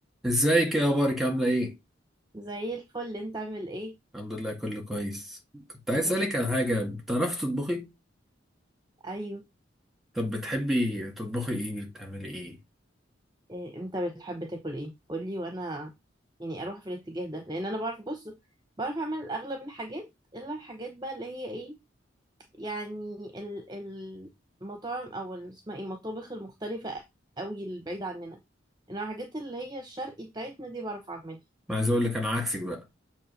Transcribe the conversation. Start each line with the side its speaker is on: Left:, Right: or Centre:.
Centre: ازيك يا اخبارك عامله ايه
Right: زي الفل انت عامل ايه
Centre: الحمد لله كله كويس كنت عايز
Right: يا
Centre: اسالك
Right: رب
Centre: على حاجه بتعرفي تطبخي
Right: ايوه
Centre: طب بتحبي تطبخي ايه بتعملي ايه
Right: إيه انت بتحب تاكل ايه قولي وانا يعني اروح في الاتجاه ده لان انا بعرف بص بعرف اعمل اغلب الحاجات الا الحاجات بقى اللي هي ايه يعني ال- ال- المطاعم او ال- اسمها ايه المطابخ المختلفة قوي البعيدة عننا انما الحاجات اللي هي الشرقي بتاعتنا دي بعرف اعملها
Centre: ما عايز اقول لك انا عكسك بقى